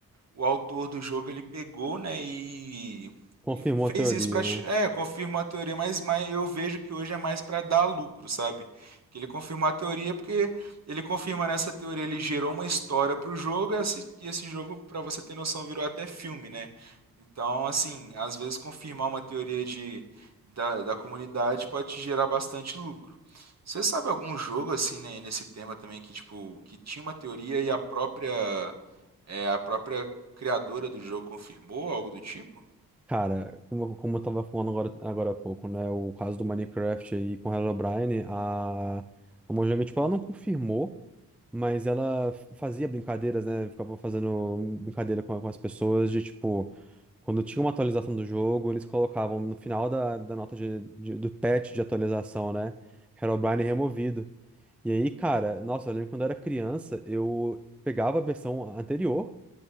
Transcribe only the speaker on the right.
o autor do jogo ele pegou, né, e,
e fez
isso para
é, confirmou a teoria, mas, mas eu vejo que hoje é mais para dar lucro, sabe? Que ele confirmou a teoria porque ele confirma nessa teoria, ele gerou uma história pro jogo, e esse, e esse jogo, para você ter noção, virou até filme, né? Então, assim, às vezes confirmar uma teoria de da, da comunidade pode te gerar bastante lucro. Você sabe algum jogo assim, né, nesse tema também que tipo que tinha uma teoria e a própria é, a própria criadora do jogo confirmou, algo do tipo?